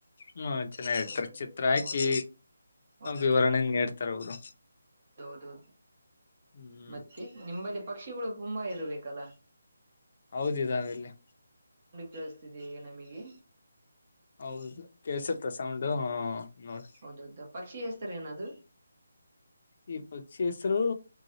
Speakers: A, on the left; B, on the right.
A: ಹ್ಮ ಚೆನ್ನಾಗರ್ತಾರೆ
B: ಹ್ಮ್
A: ಚಿತ್ರ ಹಾಕಿ
B: ಹೌದೌದು ಹೌದೌದೌದು
A: ವಿವರಣೆ ನೀಡ್ತಾರ ಅವರು
B: ಅ
A: ಹ್ಮ್
B: ಮತ್ತೆ ನಿಮ್ಮದ ಪಕ್ಷಿಗಳು ತುಂಬಾ ಇರ್ಬೇಕಲ್ಲ?.
A: ಹೌದ್ ಇದಾ ವೆಲ್ಲಿ
B: ಜಸ್ <inaudible> ಗ ನಮಿಗಿ.
A: ಹೌದು ಕೆಸತ್ತ ಸೌಂಡ್ ಹ ನೋಡ.
B: ಹೌದೌದು ಪಕ್ಷಿ ಹೆೇಸ್ತರ ಏನದು?.
A: ಈ ಪಕ್ಷಿ ಹೆಸರು